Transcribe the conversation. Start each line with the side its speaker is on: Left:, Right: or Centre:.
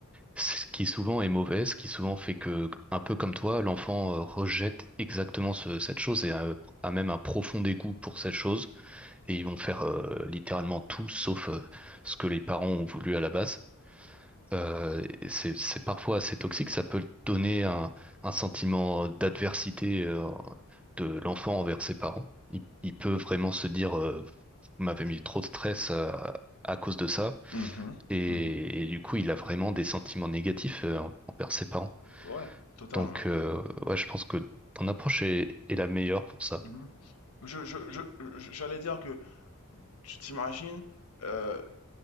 Centre: ce qui souvent est mauvais, ce qui souvent fait que, un peu comme toi, l'enfant euh, rejette exactement ce- cette chose et a, a même un profond dégoût pour cette chose. Et ils vont faire euh, littéralement tout sauf euh, ce que les parents ont voulu à la base. euh, et c'est c'est parfois assez toxique, ça peut donner un, un sentiment d'adversité euh, de l'enfant envers ses parents. Il, il peut vraiment se dire, euh, vous m'avez mis trop de stress à, à cause de ça,
Left: Mhm,
Centre: et,
Left: mhm,
Centre: et du coup, il a vraiment des sentiments négatifs euh, envers ses parents.
Left: Ouais, totalement.
Centre: Donc, euh, ouais, je pense que ton approche est, est la meilleure pour ça.
Left: Mhm, Je je je je j'allais dire que tu t'imagines, euh,